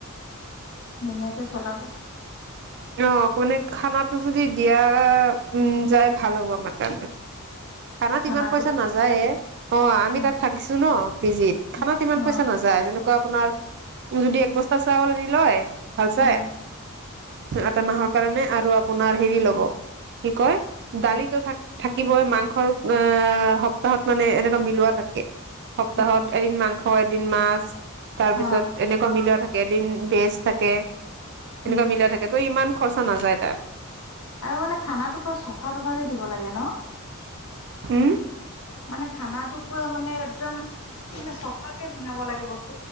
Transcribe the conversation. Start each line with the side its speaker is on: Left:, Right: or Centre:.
Left: ধুনীয়াকে চলাব।
Right: আহ মানে খানাটো যদি দিয়াৰ উম যায় ভাল হ'ব আমাৰ কাৰণে। খানাত
Left: খানাটো
Right: ইমান পইচা নাযায়ে এ আমি
Left: অ',
Right: তাত থাকিছো ন পিজিত খানাত
Left: অ',
Right: ইমান
Left: অ',
Right: পইচা নাযায় যে। ত আপোনাৰ যদি এক বস্তা চাউল নি লয়। ভালচাই
Left: অ',
Right: আ ম। কাৰণে আৰু আপোনাৰ হেৰি লব কি কয় দালিতো থ থাকিবই মাংসৰ আহ সপ্তাহত মানে এনেকুৱা মিলোৱা থাকে। সপ্তাহত
Left: অ',
Right: এদিন মাংস। ছ এদিন মাছ। তাৰ পিছত
Left: অ',
Right: এনেকুৱা মিলি থাকে। কেইদিন বেছ। তাকে।
Left: উম,
Right: এনেকোৱা মিলাই থাকে তই ইমান খৰচা নাযায় তাত।
Left: আৰু মানে খানাটো পুৰা চফা তফাকে দিব লাগে ন।
Right: হম।
Left: মানে খানাটো পুৰা মানে একদম, মানে চফাকে বনাব লাগে বস্তু।